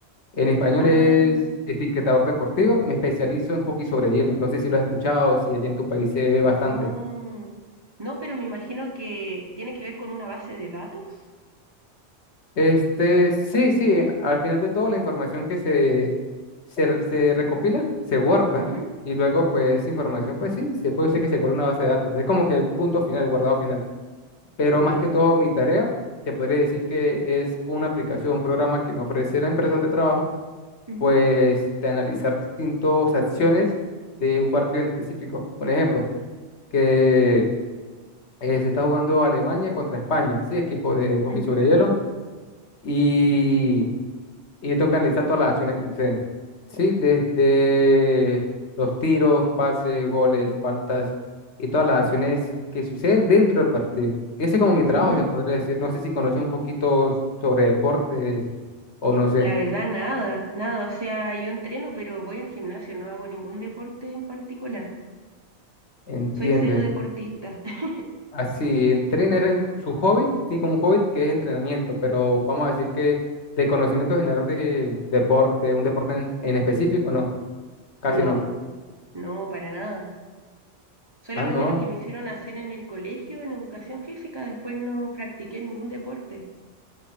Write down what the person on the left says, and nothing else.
En
español
es etiquetador deportivo, me especializo en hockey sobre hielo. No sé si lo has escuchado, si allá en tu país se ve
bastante.
Este,
sí, sí, al final de todo la información que se, se, re- se recopila, se guarda
y luego pues esa información pues sí, se puede decir que se guarda en una base de datos. Es como que el punto final, el guardado final. Pero
más que todo mi tarea, se podría decir que es con una aplicación, un programa que me ofrece la empresa donde trabajo,
pues de analizar distintas acciones de un partido en específico. Un ejemplo, que eh, se está jugando Alemania contra España, sí, equipo de hockey
sobre hielo. Y y toca analizar todas las acciones que suceden. Sí, desde los tiros, pases, goles, faltas y todas las acciones que suceden dentro del partido. Ese es como mi trabajo,
se podría decir. No sé si conoces un poquito sobre deportes o no sé,
entienden.
Así, entrenar es su hobby, tiene como un hobby que es entrenamiento, pero vamos a decir que de conocimiento general de deporte, un deporte en, en específico, no, casi
no.
Ah, no,